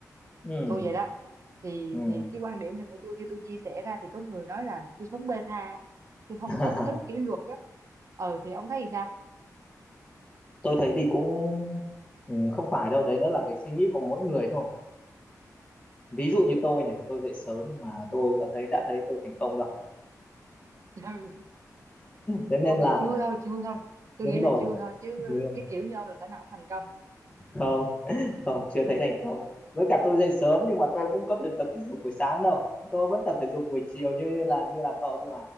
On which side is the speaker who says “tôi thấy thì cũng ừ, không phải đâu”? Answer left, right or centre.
Left